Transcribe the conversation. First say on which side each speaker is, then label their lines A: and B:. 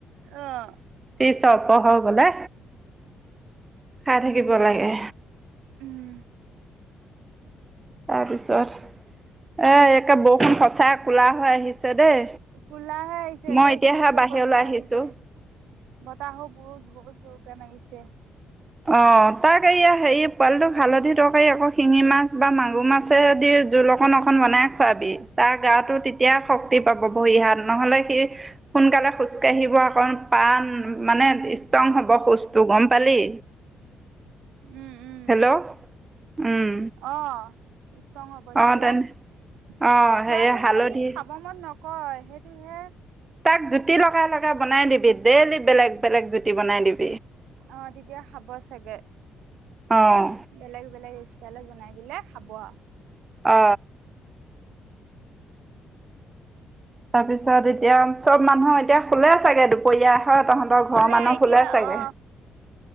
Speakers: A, on the right; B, on the right.
A: আহ
B: পছত পহ গলে খাই থাকিব লাগে।
A: উম
B: তাৰপিছত আহ এক এ বৰষুণ সঁচাই কোলা হৈ আহিছে। দেই
A: কোলাহে আহিছে একে
B: মই এতিয়াহে
A: জোৰকে
B: বাহিৰলৈ
A: বতাহ
B: আহিছোঁ
A: আহিছে বতাহাহো বহুত বহুত জোৰ চেম আহিছে
B: অ তাক এয়া হেৰি পোৱালিটোক হালধি তৰকাৰী আকৌ শিঙি মাছ, বা মাগুৰ মাছে, দি জোল অকন অকন বনাই খোৱাবি তাৰ গাটো তেতিয়া শক্তি পাব বৰিহাত নহলে। সোনকালে সুস্থ আহিব অকণ পাণ মানে ষ্ট্ৰং হব খুজটো গম পালি
A: উম উম
B: হেল্ল' উম
A: আহ ষ্ট্ৰং হ'ব তেতিয়া
B: অ' তেনে অ' হেৰি
A: লোৱাটো
B: হালধি
A: মানে কি খাব মন ন কয় সেইটোহে
B: তাক জুতি লগাই লগাই বনাই দিবি ডেইলি বেলেগ বেলেগ জুতি বনাই দিবি
A: অ তেতিয়া খাব চাগে
B: অ'
A: বেলেগ বেলেগ ইষ্টালত বনাই পেললে খাব আৰু
B: অ তাৰ পিছত এতিয়া চব মানুহৰ এতিয়া শুলে চাগে দুপৰীয়া হয় তহঁতৰ
A: শুলে
B: ঘৰৰ মানুহ
A: এতিয়া
B: শুলে চাগে।
A: অ